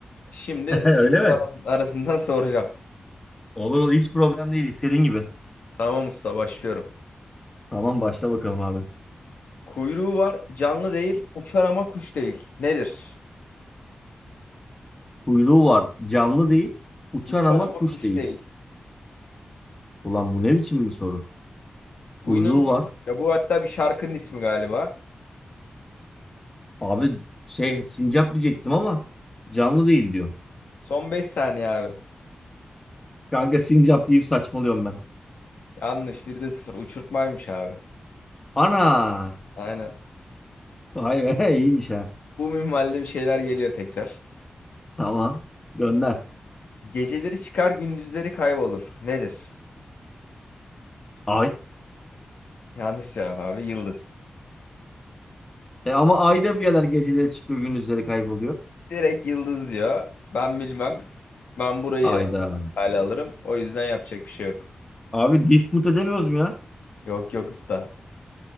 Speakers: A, on the left (about 80°); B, on the left (about 20°).
A: Şimdi
B: <laughs> Öyle
A: seçim
B: mi?
A: aras- arasından <laughs> soracağım.
B: Olur olur hiç problem değil istediğin gibi.
A: Tamam usta başlıyorum.
B: Tamam başla bakalım abi.
A: Kuyruğu var, canlı değil, uçar ama kuş değil. Nedir?
B: Kuyruğu var canlı değil uçar
A: Uçar
B: ama
A: ama
B: kuş
A: kuş
B: değil.
A: değil.
B: Ulan bu ne biçim bir soru?
A: Bu
B: Kuyruğu
A: inanılmaz.
B: var.
A: Ya bu hatta bir şarkının ismi galiba.
B: Abi şey sincap diyecektim ama canlı değil diyor.
A: Son 5 saniye abi.
B: Kanka sincap deyip saçmalıyorum ben.
A: Yanlış. bir de sıfır. Uçurtmaymış abi.
B: Ana!
A: Aynen.
B: Vay be <laughs> iyiymiş ha.
A: Bu minvalde bir şeyler geliyor tekrar.
B: Tamam gönder.
A: Geceleri çıkar gündüzleri kaybolur. Nedir?
B: Ay.
A: Yanlış cevap abi. Yıldız.
B: E ama ay da bir yerler geceleri çıkıyor gündüzleri kayboluyor.
A: Direkt yıldız diyor. Ben bilmem. Ben burayı
B: Ayda.
A: hale alırım. O yüzden yapacak bir şey yok.
B: Abi dispute edemiyoruz mu ya?
A: Yok yok usta.